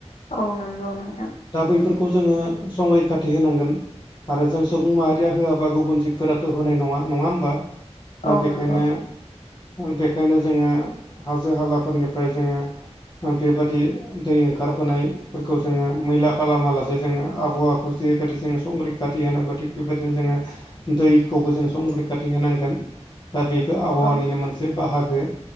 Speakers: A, on the left (about 85°); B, on the left (about 40°).
A: औ नंगौ नोंथां।
B: दा बैफोरखौ जोङो संरैखाथि होनांगोन। आरो जों सुबुं माहारिया होआबा गुबुन जिबफोराथ होनाय नङा नङा होमबा? दा
A: औ
B: बेखायनो-बेखायनो
A: नंगौ
B: जोङो हाजो हालाफोरनिफ्राय जोङो बेबादि दै ओंखारबोनायफोरखौ जोङो मैला खालामालासे जे जोङो आबहावाखौ जेबायदि जोङो संरैखाथि होनांगौ थिग बेबायदिनो जोङो दैखौबो जों संरैखाथि होनांगोन दा बेबो आबहावानिनो
A: औ
B: मोनसे बाहागो